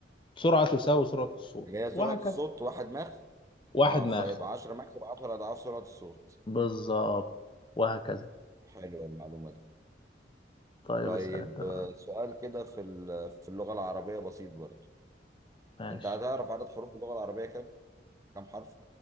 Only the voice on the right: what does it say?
اللي هي سرعة
الصوت واحد ماخ
آه
فيبقى 10 ماخ يبقى 10 أضعاف سرعة الصوت
حلوة المعلومة دي
طيب
آه، سؤال كده في ال- في اللغة العربية بسيط برضه
أنت هتعرف عدد حروف اللغة العربية كام؟ كام حرف؟